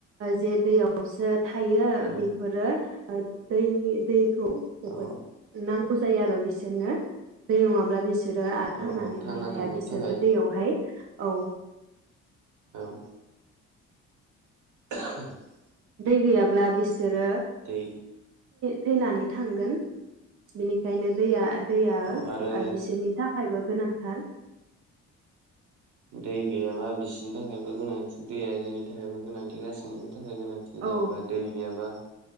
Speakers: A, on the right; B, on the right.
A: जे दैयावसो थायो
B: उम
A: बेफोरो आ दैनि दै खौ जोबोद
B: औ
A: नांग ब जायो आरो बिसोरनो दै नङाब्ला बिसोर बिसोरो आरो थांनानै
B: औ औ थांना
A: थानो हाया
B: थानायनि
A: बिसोरबो
B: थाखाय
A: दैयावहाय औ
B: औ <unintelligible>
A: दै गैयााबब्ला बि बिसोरो
B: दै
A: थैनानै थांगोन बिनिखायनो दैया दैया ओ
B: औ आरो
A: बिसोरनि थाखायबो गोनांथार
B: दै गैयाबा बिसिनि थाखायबो गोनांथि दैया जोंनि थाखायबो गोनांथि गासिनिबो थाखाय गोनांथि
A: औ
B: जेनेबा दै गैयाबा